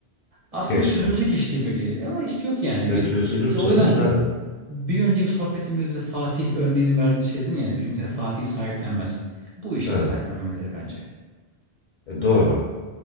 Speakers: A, on the right; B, on the left.
A: aslında
B: Keşke.
A: çözülecek iş gibi geliyor. Ama işte yok yani.
B: Ya
A: Bir,
B: çözülür
A: işte
B: canım
A: o yüzden
B: da
A: Bir önceki sohbetimizde Fatih örneğini verdiğin şey dedin yani bizimkiler Fatih sahiplenmez. Bu işte
B: evet.
A: sahiplenmemeleri bence.
B: E, doğru.